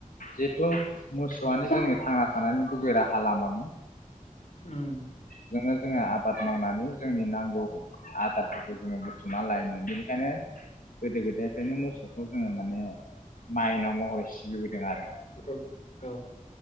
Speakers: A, on the left; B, on the left.
A: जेथु मोसौआनो जोङो थांना थानायनि गुबै राहा लामामोन
B: उम
A: जोंनो जोङो आबाद मावनानै जोंनि नांगौ आदार फोरखौ जोङो बुथुमना लायोमोन बेनिखायनो गोदो गोदायनिफ्रायनो मोसौखौ जोङो माने माइनाव महरै सिबिबोदों आरो
B: औ औ